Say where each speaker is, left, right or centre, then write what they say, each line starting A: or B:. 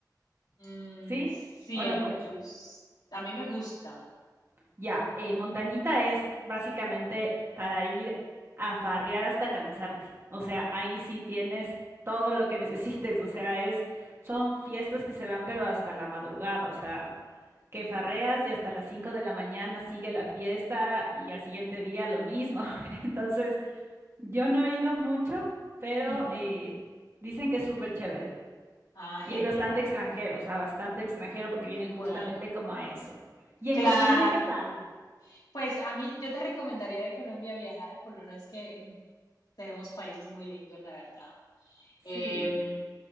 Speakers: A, on the left; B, on the right.
A: Mm,
B: ¿sí?
A: sí,
B: ¿O
A: a
B: no
A: mí
B: mucho?
A: me gusta, a mí me gusta.
B: Ya, eh, montañita es básicamente para ir a farrear hasta cansarte. O sea, ahí sí tienes todo lo que <laughs> necesites. O sea, es, son fiestas que se van pero hasta la madrugada. O sea, que farreas y hasta las 5 de la mañana sigue la fiesta y al siguiente día lo mismo. <laughs> Entonces, yo no he ido mucho, pero
A: Ujú.
B: eh, dicen que es súper chévere.
A: Ah,
B: Y
A: genial.
B: hay bastante extranjero, o sea, bastante extranjero porque vienen
A: Bueno,
B: justamente como a eso. ¿Y en
A: claro.
B: Colombia qué tal?
A: Pues a mí, yo te recomendaría de Colombia viajar a Colombia. No es que tenemos países muy lindos, la verdad.
B: Sí,
A: Eh,